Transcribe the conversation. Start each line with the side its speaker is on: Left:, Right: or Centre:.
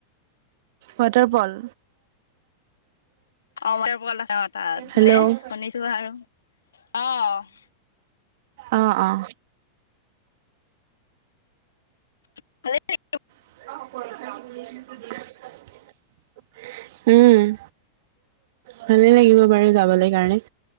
Right: ৱাটাৰফল।
Left: অ ৱাটাৰফল আছে তাত
Right: হেল্ল'।
Left: বোলে শুনিছোঁ আৰু। অ্'।
Right: অঁ অঁ।
Left: <unintelligible>
Right: <unintelligible> উম', ভালেই লাগিব বাৰু যাবলে কাৰণে।